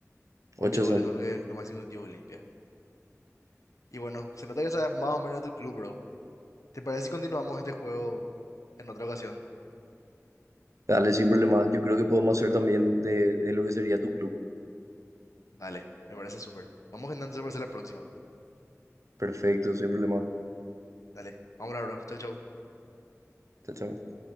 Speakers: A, on the left (about 75°); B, on the right (about 70°).
A: ocho
B: Ocho
A: goles
B: son.
A: son lo que lo máximo que metió Olimpia. Y bueno, se nota que sabes más o menos de tu club, bro. ¿Te parece si continuamos este juego en otra ocasión?
B: Dale, sin problema. Yo creo que podemos hacer también de, de lo que sería tu club.
A: Dale, me parece súper. Vamos entonces para hacer la próxima.
B: Perfecto, sin problema.
A: Dale, vamos a hablar, bro. Chau, chau.
B: Chao, chao.